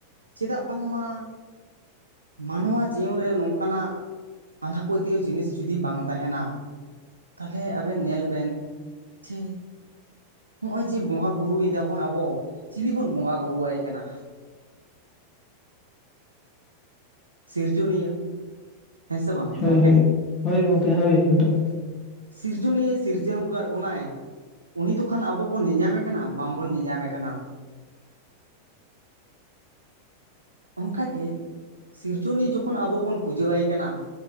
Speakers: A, on the right; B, on the left.
A: ᱪᱮᱫᱟᱜ ᱵᱟᱝᱢᱟ ᱢᱟᱱᱣᱟ ᱡᱤᱭᱚᱱ ᱨᱮ ᱱᱚᱝᱠᱟᱱᱟᱜ ᱟᱸᱫᱷᱟᱯᱟᱹᱛᱭᱟᱹᱣ ᱡᱤᱱᱤᱥ ᱡᱩᱫᱤ ᱵᱟᱝ ᱛᱟᱦᱮᱱᱟ ᱛᱟᱦᱚᱞᱮ ᱟᱵᱮᱱ ᱧᱮᱞ ᱵᱮᱱ ᱡᱮ ᱦᱚᱜ-ᱚᱸᱭ ᱡᱮ ᱵᱚᱸᱜᱟ ᱵᱩᱨᱩᱭ ᱫᱟᱵᱚᱱ ᱟᱵᱚ᱾ ᱪᱤᱞᱤ ᱵᱚᱱ ᱵᱚᱸᱜᱟ ᱵᱩᱨᱩᱳᱣᱟᱭ ᱠᱟᱱᱟ? ᱥᱤᱨᱡᱚᱱᱤᱭᱟᱹ᱾ ᱦᱮᱸ ᱥᱮ ᱵᱟᱝ
B: ᱦᱳᱭ
A: ᱜᱚᱢᱠᱮ
B: ᱦᱩᱭ ᱦᱳᱭ ᱜᱚᱢᱠᱮ ᱦᱳᱭ ᱮᱠᱫᱚᱢ᱾
A: ᱥᱤᱨᱡᱚᱱᱤᱭᱟᱹᱭ ᱥᱤᱨᱡᱟᱹᱣ ᱟᱠᱟᱫ ᱵᱚᱱᱟᱭ᱾ ᱩᱱᱤ ᱫᱚᱠᱷᱟᱱ ᱟᱵᱚ ᱵᱚᱱ ᱧᱮᱧᱟᱢᱮ ᱠᱟᱱᱟ᱾ ᱵᱟᱝᱵᱚᱱ ᱧᱮᱧᱟᱢᱮ ᱠᱟᱱᱟ᱾ ᱚᱱᱠᱟᱜᱮ ᱥᱤᱨᱡᱚᱱᱤ ᱡᱚᱠᱷᱚᱱ ᱟᱵᱚ ᱵᱚᱱ ᱯᱩᱡᱟᱹᱟᱭ ᱠᱟᱱᱟ ᱾